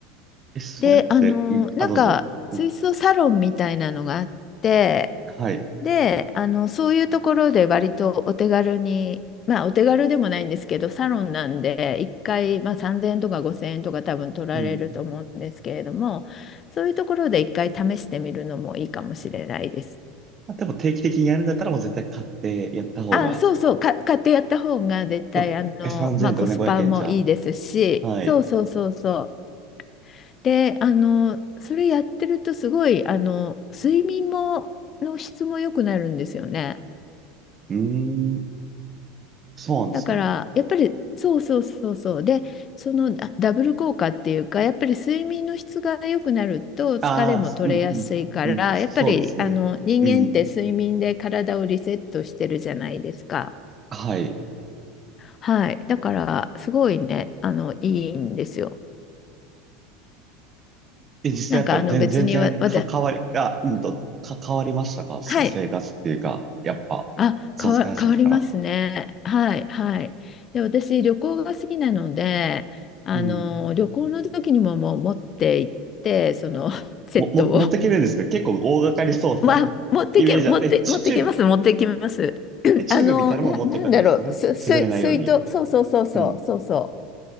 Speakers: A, on the right; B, on the left.
A: え、それって、
B: で、あの、
A: うん、
B: なんか、
A: あ、どうぞ。
B: 水槽サロンみたいなのがあって、
A: うん、はい。
B: で、あの、そういうところで割とお手軽に、まあ、お手軽でもないんですけど、サロンなんで、1回、まあ、3000円とか5000円とか多分取られると思うんですけれども、
A: うん。
B: そういうところで1回試してみるのもいいかもしれないです。
A: まあ、でも定期的にやるんだったらもう絶対買ってやった方が、
B: あ、そうそう、か、買ってやった方が絶対、
A: まあ、
B: あの、
A: 3000円とかね、
B: まあ、コスパもいいですし、
A: 500円じゃ。はい。
B: そうそうそうそう。で、あの、それやってるとすごい、あの、睡眠も、の質も良くなるんですよね。
A: うーん、そうなんですね。
B: だから、やっぱり、そうそうそうそう。で、そのダダブル効果っていうか、やっぱり睡眠の質が良くなると疲れも取れやすいから、
A: ああ、すうん、うん、うん、そ、
B: やっぱり、
A: そうですね。
B: あの、人間って睡眠で体をリセットしてるじゃないですか。
A: うん、はい。
B: はい。だから、すごいね、あの、いいんですよ。
A: え、実際やっぱ全、
B: なんか、あの、別にわ、
A: 全然か、
B: わた、
A: 変わり、あ、うんと、か、変わりましたかその生活っていうか、
B: はい。
A: やっぱ、
B: あ、
A: その使い始めてから。
B: 変わ、変わりますね。はい、はい。で、私、旅行が好きなので、あの、
A: うん。
B: 旅行の時にももう持って行って、その、<laughs> セットを。
A: も、も、持ってけるんですけど、結構大掛かりそうな
B: <laughs> まあ、
A: <laughs>
B: 持ってけ、
A: イメージあって、
B: 持って、
A: チ、
B: 持ってけます、
A: チューブ、
B: 持ってきます。<clears throat>
A: えチューブみたいなのも持っていくわけですよね。
B: あの、な、なんだろう、す、す、
A: 潰れないように。
B: 水筒、そうそうそうそう、
A: うん。
B: そうそ